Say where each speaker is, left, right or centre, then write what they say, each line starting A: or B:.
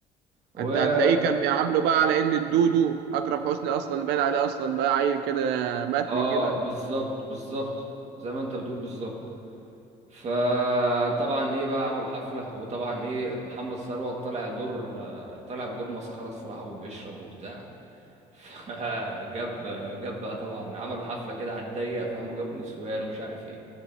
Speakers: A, on the right; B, on the right.
A: و
B: انت هتلاقيه كان بيعامله بقى على ان الدودو اكرم حسني اصلا باين عليه اصلا بقى عيل كده متني
A: اه
B: كده
A: بالظبط بالظبط زي ما انت بتقول بالظبط فطبعا ايه بقى عملوا حفلة وطبعا ايه محمد ثروت طلع دور آه، طلع بدور مسخرة الصراحة وبيشرب وبتاع <laughs> فجاب جاب بقى طبعا عملوا حفلة كده على الضيق فاهم وجابوا نسوان ومش عارف ايه